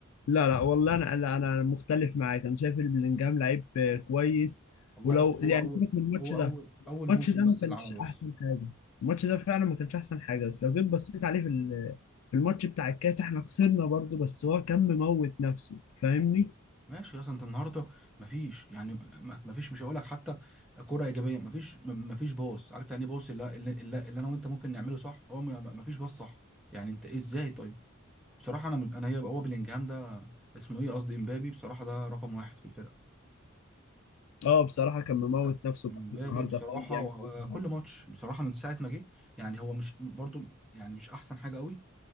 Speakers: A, on the left (about 75°); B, in the centre.
A: لا لا والله انا لا انا مختلف معاك انا شايف ان بلينجهام لعيب آه، كويس
B: والله
A: ولو
B: يا اسطى هو
A: يعني
B: اول
A: سيبك من الماتش
B: هو
A: ده
B: اول اول
A: الماتش
B: موسم
A: ده
B: بس
A: ما كانش
B: اللي عمله
A: احسن
B: بس
A: حاجه الماتش ده فعلا ما كانش احسن حاجه بس لو جيت بصيت عليه في ال- في الماتش بتاع الكاس احنا خسرنا برضه بس هو كان مموت نفسه فاهمني
B: ماشي اصلا انت النهارده مفيش يعني م- مفيش مش هقول لك حتى كرة ايجابيه مفيش م- مفيش باص عارف يعني ايه باص اللي, اللي, اللي اللي انا وانت ممكن نعمله صح هو م- مفيش باص صح يعني انت ايه ازاي طيب بصراحه انا من- انا هي هو بلينجهام ده اسمه ايه قصدي امبابي بصراحه ده رقم واحد في الفرقه
A: اه بصراحه كان مموت
B: لا
A: نفسه
B: امبابي
A: برضه النهارده
B: بصراحه
A: فاهم بيعمل
B: و-
A: كل
B: كل
A: حاجه
B: ماتش بصراحه من ساعه ما جه يعني هو مش برضو يعني مش احسن حاجه قوي